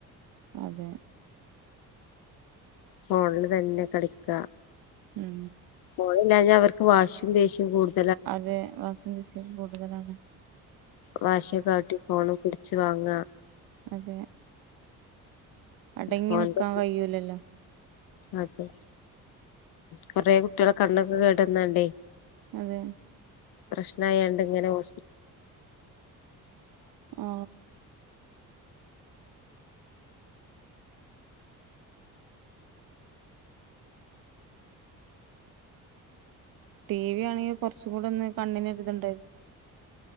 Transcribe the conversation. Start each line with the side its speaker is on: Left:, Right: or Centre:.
Right: അതെ
Left: ഫോണില് തന്നെ കളിക്ക.
Right: ഉം
Left: ഫോണില്ല ഞ്ഞാ, അവർക്ക് വാ ശിം. ദേശ്യം കൂടും.
Right: അതെ വാശിയും ദേശ്യവും കൂടു തലാണ്.
Left: വാശി കാട്ടി ഫോണു പിടിച്ചു വാങ്ങ.
Right: അതെ അടങ്ങി
Left: ഫോണിന്റെ
Right: നിക്കാൻ കഴിയൂല ല്ലോ?
Left: അതെ, കെറെ കുട്ടികളെ കണ്ണൊക്ക കേട്ന്ന ണ്ടേ.
Right: അതെ
Left: പ്രശ്നയണ്ട് ഇങ്ങനെ ഹോസ്പി
Right: ഓ ടി വി ആണെങ്കി, കുറച്ചു കൂട ഒന്ന് കണ്ണിന് ഒരു ഇത് ണ്ടെന്നു.